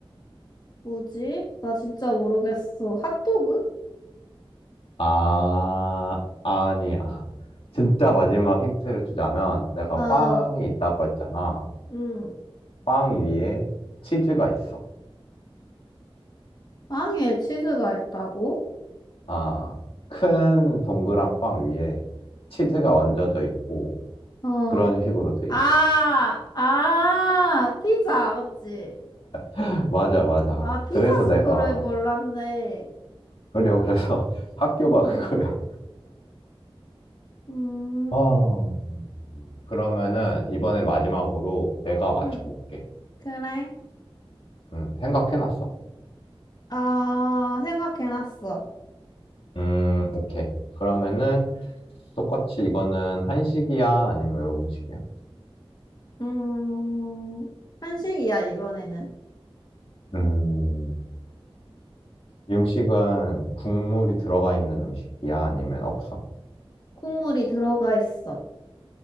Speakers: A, on the left; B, on the left.
A: 뭐지? 나 진짜 모르겠어. 핫도그?
B: 아, 아니야. 진짜 마지막 힌트를 주자면 내가
A: 어,
B: 빵이 있다고 했잖아.
A: 음,
B: 빵 위에 치즈가 있어.
A: 빵에 치즈가 있다고?
B: 아, 큰 동그란 빵 위에 치즈가 얹어져 있고
A: 어,
B: 그런 식으로 돼
A: 아,
B: 있어.
A: 아, 피자, 맞지?
B: <laughs> 맞아, 맞아.
A: 아, 피자
B: 그래서
A: 스쿨을
B: 내가,
A: 몰랐네.
B: 그리고 그래서 <laughs> 학교가
A: 응,
B: 그거야.
A: 음,
B: 어. 그러면은 이번에 마지막으로 내가 맞춰볼게.
A: 음, 그래.
B: 음, 생각해놨어?
A: 아, 생각해놨어.
B: 음, 오케이. 그러면은 똑같이 이거는 한식이야? 아니면 외국 음식이야?
A: 음, 한식이야, 이번에는.
B: 음, 이 음식은 국물이 들어가 있는 음식이야? 아니면 없어?
A: 국물이 들어가 있어.